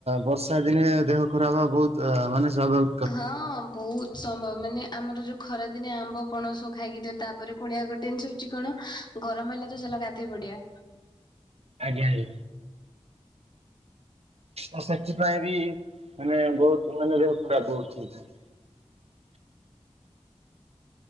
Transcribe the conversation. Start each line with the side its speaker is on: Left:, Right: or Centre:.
Right: ବର୍ଷା ଦିନେ ଦେହ ଖରାପ ହେବା ବହୁତୁ ଅ, ମାନେ ସମ୍ଭବ।
Left: ହଁ ବହୁତ ସମ୍ଭବ, ମାନେ ଆମର ଯୋଉ ଖରାଦିନେ ଆମ୍ବ ପଣସ ଖାଇକି ଯଦ ତାପରେ ପୁଣି ଆଉ ଗୋଟେ ଜିନିଷ ହଉଛି, କଣ ଗରମ ହେଲା ତ, ଚାଲ ଗାଧେଇ ପଡିବା।
Right: ଆଜ୍ଞା, ଆଜ୍ଞା। ଓ ସେଥିପାଇଁ ବି ମାନେ ବହୁତୁ ମାନେ ଦେହ ଖରାପ ହଉଛି ଛି।